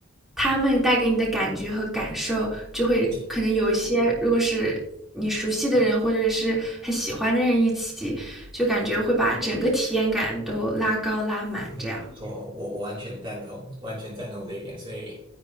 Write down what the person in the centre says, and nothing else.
他们带给你的感觉和感受，就会可能有一些，
如果是你熟悉的人或者是很喜欢的人一起，就感觉会把整个体验感都拉高拉满，
这样。